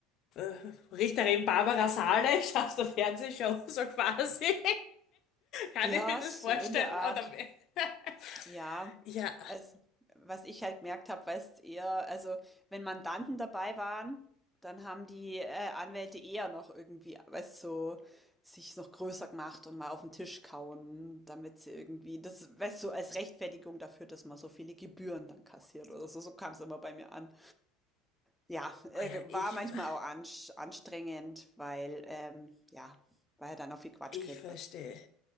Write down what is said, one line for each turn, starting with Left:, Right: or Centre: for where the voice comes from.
Left: äh, Richterin Barbara Salisch aus der <laughs> Fernsehshow, so quasi. <laughs> Kann
Centre: ja,
Left: ich mir das
Centre: so
Left: vorstellen?
Centre: in der Art.
Left: Oder wie? <laughs>
Centre: Ja,
Left: Ja,
Centre: also, was ich halt gemerkt habe, weißt eher, also, wenn Mandanten dabei waren, dann haben die äh, Anwälte eher noch irgendwie, weißt so, sich noch größer gemacht und mal auf den Tisch kauen, damit sie irgendwie, das, weißt du, so als Rechtfertigung dafür, dass man so viele Gebühren dann kassiert oder so, so kam es immer bei mir an. Ja, äh,
Left: oh ja,
Centre: war
Left: ich,
Centre: manchmal
Left: ver-
Centre: auch ansch anstrengend, weil, ähm, ja weil dann auch viel Quatsch
Left: ich
Centre: geredet
Left: verstehe.
Centre: wird.